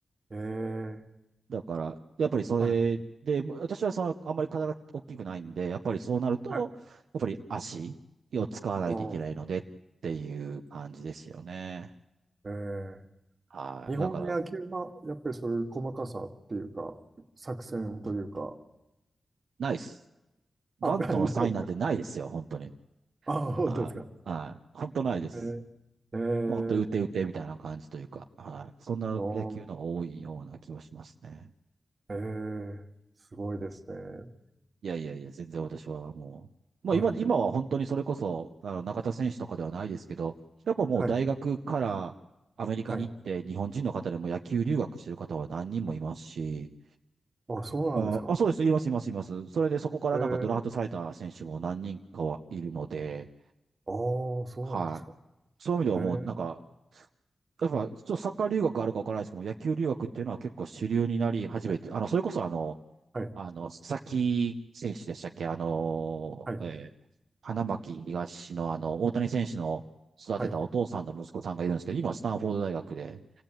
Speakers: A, on the right (about 45°); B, on the right (about 85°).
A: えー、
B: だから、やっぱりそれで、
A: はい。
B: ま私はその、あんまり体が大きくないんで、やっぱりそうなると、
A: はい。
B: やっぱり足を使わないといけないのでっていう感じですよね。
A: あーえー、
B: はい。
A: 日本の野球は、
B: だから、うん
A: やっぱりそういう細かさっていうか、作戦というか、
B: ないです。バントのサインなんてないですよ、
A: あ、<laughs> ないですか。
B: 本当に。
A: あー、本当ですか。
B: はい。はい。本当ないです。
A: えー、えー、
B: もう本当、打て打てみたいな感じというか、はい。そんな野球の方が多いような気はしますね。
A: あー、えー、すごいですね。
B: いやいやいや、全然私はもう、まあ今、
A: はい。
B: 今は本当にそれこそ、あの、中田選手とかではないですけど、やっぱもう大学からアメリカに行って、
A: はい。はい。
B: 日本人の方でも野球留学してる方は何人もいますし、
A: あ、そうなんですか。
B: あ、あ、そうです、います、います、います。それでそこからなんかドラフトされた選手も何人かはいるので、
A: えー、ああ、そうなんですか。
B: はい。そういう意味ではもうなんか、
A: えー、
B: やっぱ、ちょっとサッカー留学あるかわからないですけども、野球留学っていうのは結構主流になり始めて、あの、それこそあの、
A: はい、
B: あの、佐々木選手でしたっけあの、
A: はい、
B: えー花巻東のあの、大谷選手の育てたお父さんの息子さんがいるんですけど、
A: はい。
B: 今、スタンフォード大学で、